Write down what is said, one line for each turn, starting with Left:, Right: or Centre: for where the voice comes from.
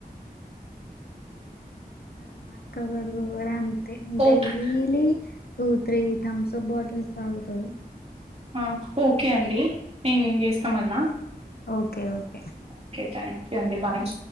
Left: అ మాక్క కొడుకు కూడా అంతే
Right: okay
Left: daily two three Thums Up bottles తాగుతాడు.
Right: మ్ ఓకే అండి నేను చేస్తా మళ్ళా.
Left: Okay. Okay.
Right: Okay thank you అండి. బాయ్